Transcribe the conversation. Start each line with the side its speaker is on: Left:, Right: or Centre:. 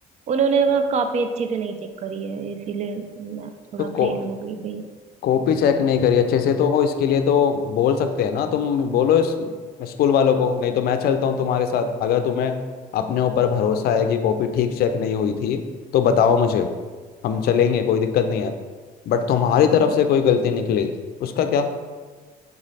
Right: उन्होंने ना कॉपी अच्छे से नहीं चेक करी है इसीलिए मैं थोड़ा
Left: तो को
Right: फेल हो गई भैया
Left: कॉपी चेक नहीं करी अच्छे से तो हो इसके लिए तो बोल सकते हैं ना तुम बोलो इस स्कूल वालों को नहीं तो मैं चलता हूँ तुम्हारे साथ अगर तुम्हें अपने ऊपर भरोसा है कि कॉपी ठीक चेक नहीं हुई थी तो बताओ मुझे हम चलेंगे कोई दिक्कत नहीं है बट तुम्हारी तरफ से कोई गलती निकली उसका क्या